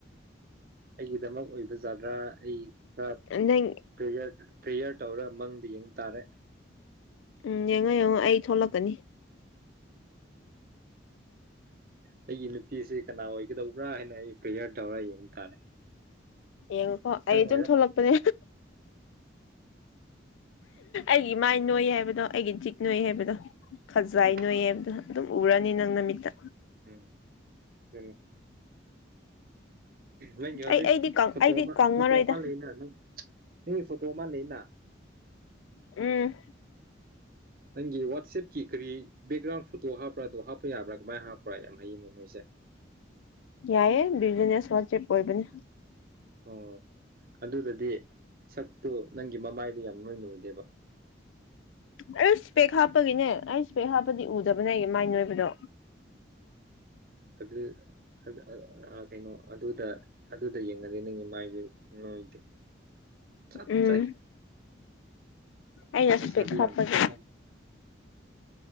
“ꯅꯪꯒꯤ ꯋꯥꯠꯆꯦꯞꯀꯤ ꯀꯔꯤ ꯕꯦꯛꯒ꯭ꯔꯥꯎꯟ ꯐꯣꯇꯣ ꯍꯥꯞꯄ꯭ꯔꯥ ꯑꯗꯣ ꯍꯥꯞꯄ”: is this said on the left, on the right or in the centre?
Right